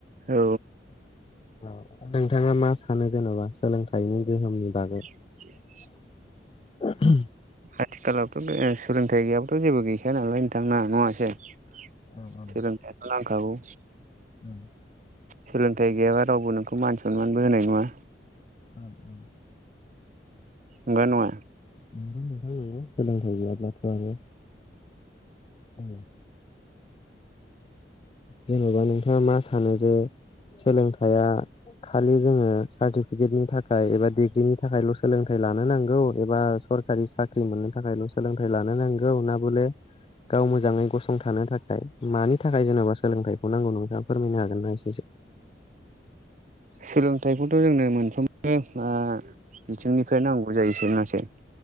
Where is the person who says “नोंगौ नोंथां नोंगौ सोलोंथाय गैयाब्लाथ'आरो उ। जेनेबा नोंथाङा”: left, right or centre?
Left